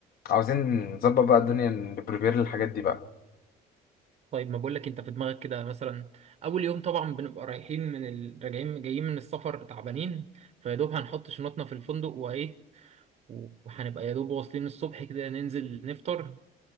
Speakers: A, on the left (about 60°); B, on the right (about 45°).
A: عاوزين نظبط بقى الدنيا نبريبير للحاجات دي بقى
B: طيب ما بقولك انت في دماغك كده مثلا اول يوم طبعا بنبقى رايحين من ال... راجعين جايين من السفر تعبانين فيا دوب هنحط شنطنا في الفندق وايه وهنبقى يا دوب واصلين الصبح كده ننزل نفطر